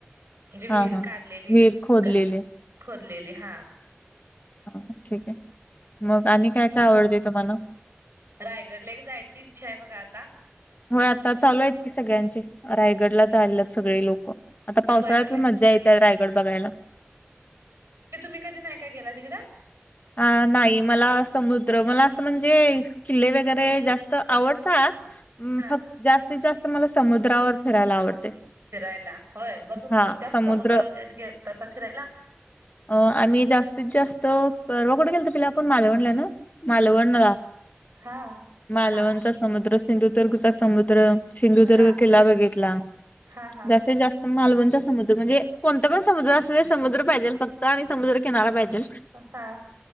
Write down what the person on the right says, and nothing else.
म्हणजे विहीर
काढलेली,
ग खोदलेली हा....
रायगड लेक जायची इच्छा आहे. बघा आता
होय तुम्ही
ते तुम्ही कधी नाही का? केला तिकडं.
हा
फिरायला होय बर तुम्ही
कोणत्या?
जास्त समुद्रावर तसा फिरायला.
हा
हा
हा
हा हा
हा.